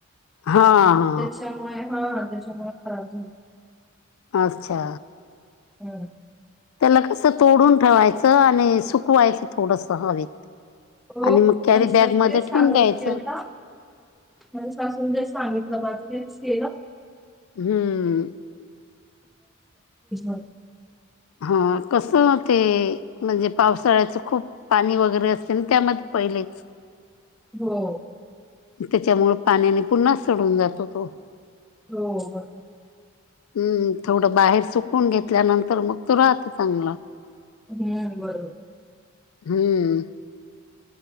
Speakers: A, on the left (about 80°); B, in the centre.
A: हा हा
B: त्याच्यामुळे हा त्याच्यामुळे खराब झा
A: अच्छा
B: हम्म
A: त्याला कसं तोडून ठेवायचं आणि सुकवायचं थोडस हवेत
B: हो
A: आणि मग कॅरी
B: लते
A: बॅग मध्ये
B: सांगत
A: ठेवून द्यायचं
B: होती आता म सासून तेच सांगितलं केलं
A: हम्म
B: <inaudible>
A: हा कसं ते म्हणजे पावसाळ्याच खूप पाणी वगैरे असते त्यामध्ये पहिलेच
B: हो
A: त्याच्यामुळेळ पाण्याने पुन्हा सडून जातो तो
B: हो
A: हम्म थोडं बाहेर सुकून घेतल्यानंतर मग तो राहत चांगला
B: हम्म बरोबर
A: हम्म